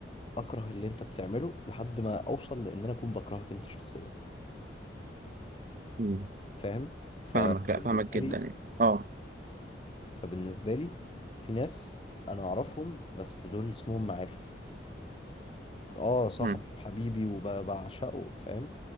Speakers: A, on the left; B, on the right.
A: اكره اللي انت بتعمله لحد ما اوصل لان انا اكون بكرهك انت شخصيا
B: مم.
A: فاهم فبالنسبة
B: فاهمك لا فاهمك جدا
A: لي
B: يعني اه
A: فبالنسبة لي في ناس انا اعرفهم بس دول اسمهم معارف اه صاحبي
B: مم.
A: وحبيبي وبعشقه فاهم